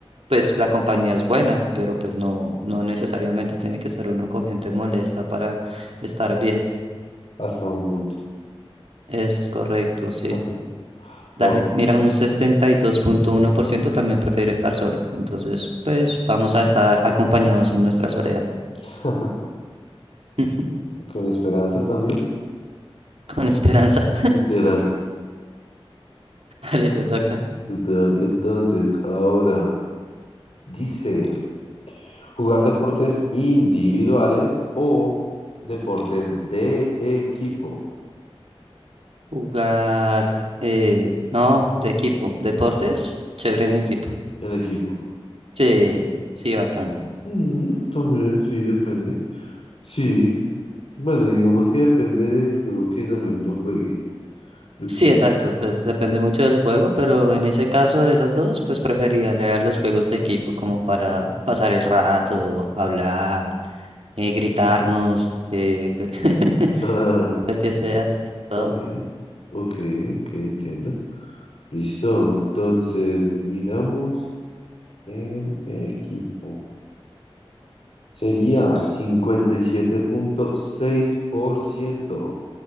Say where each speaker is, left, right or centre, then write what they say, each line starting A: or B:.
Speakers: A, on the right; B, on the left.
A: pues la compañía es buena, pero pues no, no necesariamente tiene que estar uno con gente molesta para estar bien.
B: hasta un punto.
A: Eso es correcto, sí.
B: <laughs>
A: Dale,
B: Oh,
A: mira, un sesenta y dos punto uno por ciento también prefiere estar solo, entonces, pues vamos a estar acompañados en nuestra soledad.
B: <laughs>
A: <laughs>
B: con esperanza también.
A: Con esperanza.
B: Literal,
A: Dale, te toca
B: literal. Entonces, ahora dice. Jugar deportes individuales o deportes de equipo.
A: jugar. eh, no, de equipo. Deportes, chévere en equipo.
B: El equipo.
A: Sí, sí, bacano.
B: Mm, también, sí, depende. Sí. Bueno, y digamos que depende del juego que también lo juegue. Porque...
A: Sí, exacto.
B: <laughs>
A: Pues depende mucho del juego, pero en ese caso de esas dos, pues preferiría leer los juegos de equipo, como para pasar el rato, hablar, eh, gritarnos, eh, <laughs>
B: Ah,
A: lo que sea, sí, todo.
B: ok, ok, ok, entiendo. Listo, entonces miramos el equipo. Sería cincuenta y siete punto seis por ciento